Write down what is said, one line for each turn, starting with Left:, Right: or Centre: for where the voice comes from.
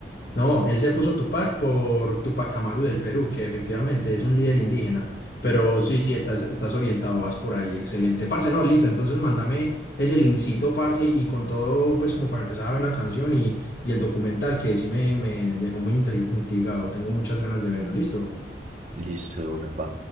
Left: No, él se puso Tupac por Tupac Amaru del Perú, que efectivamente es un líder indígena. Pero sí, sí, estás, estás orientado, vas por ahí, excelente. Parce, no, listo, entonces mándame ese linkcito, parce, y, y con todo, pues como para empezar a ver la canción y, y el documental, que sí me, me dejó muy intri- intrigado, tengo muchas ganas de verlo, listo.
Right: Listo, de una, va.